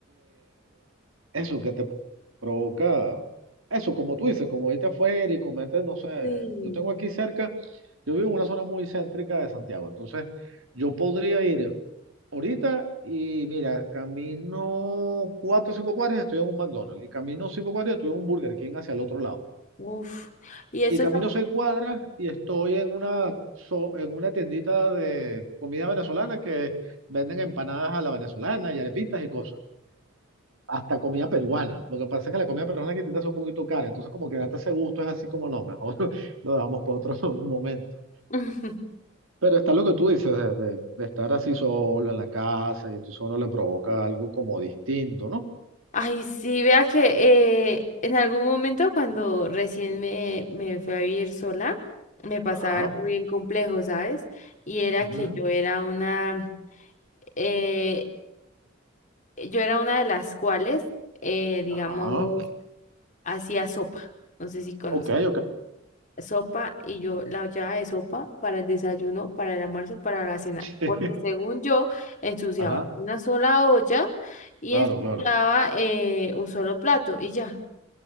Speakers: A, on the right; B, on the left.
A: eso que te provoca, eso, como tú dices, como irte afuera y comete, no sé,
B: Sí.
A: yo tengo aquí cerca, yo vivo en una zona muy céntrica de Santiago, entonces yo podría ir ahorita y mira, camino cuatro o cinco cuadras y estoy en un McDonald's y camino cinco cuadras y estoy en un Burger King hacia el otro lado.
B: Uf. Y eso
A: Y camino
B: es...
A: seis cuadras y estoy en una, so- en una tiendita de comida venezolana que venden empanadas a la venezolana y arepitas y cosas. Hasta comida peruana. Lo que pasa es que la comida peruana aquí tiende a ser un poquito cara. Entonces, como que date ese gusto es así como no, mejor <laughs> lo dejamos para otro <laughs> momento.
B: <laughs>
A: Pero está lo que tú dices, de, de- de estar así solo en la casa y tú solo le provoca algo como distinto, ¿no?
B: Ay, sí, vea que eh, en algún momento cuando recién me, me fui a vivir sola, me pasaba
A: Ajá.
B: algo bien complejo, ¿sabes? Y era
A: ujú,
B: que yo era una, eh, yo era una de las cuales, eh, digamos,
A: Ajá.
B: hacía sopa. No sé si conoces.
A: Ok, ok.
B: sopa y yo la olla de sopa para el desayuno, para el almuerzo, para la cena,
A: <laughs>
B: porque según yo ensuciaba
A: Ajá.
B: una sola olla y
A: Claro,
B: ensuciaba
A: claro.
B: eh, un solo plato y ya,